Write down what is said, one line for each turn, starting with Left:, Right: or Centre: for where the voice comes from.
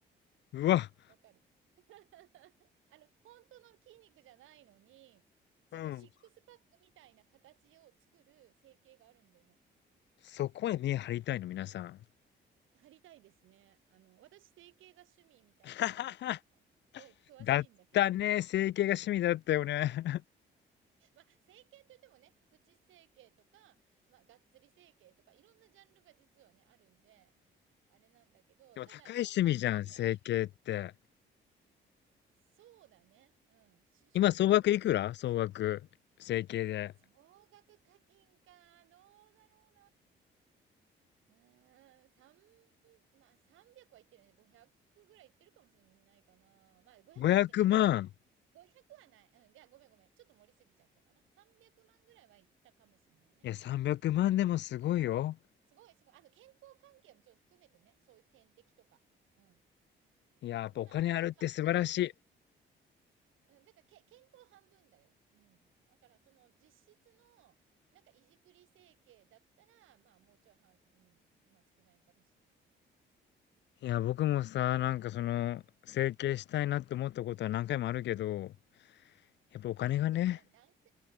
Left: うわ、
Right: わかる。<laughs> あの、本当の筋肉じゃないのに、そのシックスパックみたいな形を作る整形があるんだよね。
Left: うん。そこへ目張りたいの、皆さん。
Right: 貼りたいですね。あの、私、整形が趣味みたいなもんだから、
Left: <laughs>
Right: すごい詳しいんだけれど。
Left: だったね。整形が趣味だったよね。<laughs>
Right: まあ、整形って言ってもね、プチ整形とか、まあ、がっつり整形とか、いろんなジャンルが実はね、あるんで、あれなんだけど、
Left: でも高い趣味じゃん、
Right: ただ、全般的には、
Left: 整形って。
Right: そうだね。うん、趣趣味と言っていいでしょう。
Left: 今、総額いくら総額。整形で。
Right: 総額課金か、どうだろうな。うーん、三、まあ300はいってるよね。500ぐらいいってるかもしれないかな。まあ500はいってないか。
Left: 500万。
Right: 500はない。うん、いや、ごめんごめん。ちょっと盛りすぎちゃったかな。300万ぐらいはいったかもしれないね。
Left: いや、300万でもすごいよ。
Right: すごいすごい。あと健康関係もちょっと含めてね。そういう点滴とか。うん。うんまあなんか顔、
Left: いや、やっぱお金あるって素晴らし
Right: 顔だうん、だからけ健康半分だよ。うん。だからその実質の、なんかいじくり整形だったら、まあもうちょい半、うん、まあ少ないかもしれない。
Left: い。いや、僕もさ、なんかその、整形したいなって思ったことは何回もあるけど、やっぱお金がね。
Right: うん。でもね、男性、